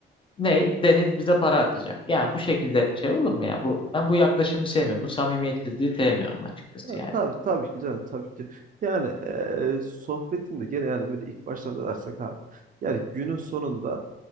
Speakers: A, on the left; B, on the right.
A: Ney? Deniz bize para atacak. Yani bu şekilde şey olur mu ya? Bu, ben bu yaklaşımı sevmiyorum. Bu samimiyetsizliği sevmiyorum açıkçası
B: Ya, tabii tabii ki canım tabii ki. Yani eee sohbetinde gene yani böyle ilk başta da dersek abi. Yani günün sonunda